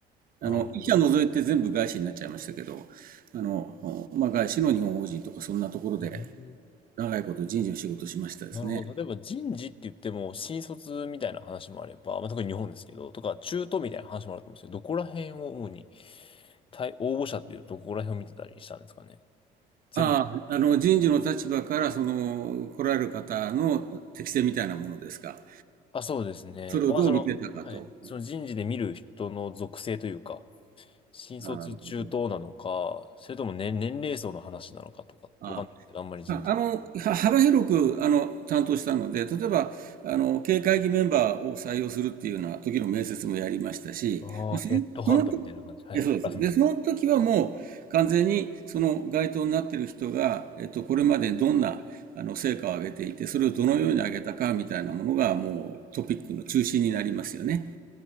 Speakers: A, on the right; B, on the left.
A: あの、
B: なるほど。
A: 一社除いて全部外資になっちゃいましたけど、あの、まあ、外資の日本法人とかそんなところで
B: うん
A: 長いこと人事の仕事をしましたですね。
B: なるほど。例えば人事って言っても、新卒みたいな話もあれば、まあ、特に日本ですけど、とか中途みたいな話もあると思うんですけど、どこら辺を主に、対応募者っていうとどこら辺を見てたりしたんですかね。全部。
A: ああ、あの、人事の立場からその来られる方の適性みたいなものですか。
B: あ、そうですね。
A: それをどう見てたかと。
B: まあ、その、はい。その人事で見る人の属性というか、新卒中等なのか、
A: ああ、なるほど。
B: それとも年、年齢層の話なのかとかってわかんないけど、
A: あ
B: あんまり人
A: まあ、あの、は幅広く、あの、担当したので、例えば、あの、経営会議メンバーを採用するっていうような時の面接もやりましたし、
B: ああ、
A: でそその時、
B: ヘッドハントみたいな感じ。はいはい。
A: え、そうです。
B: あ、すみません。
A: で、その時はもう完全にその該当になっている人が、えっと、これまでどんな、あの、成果を上げていて、それをどのように上げたかみたいなものがもうトピックの中心になりますよね。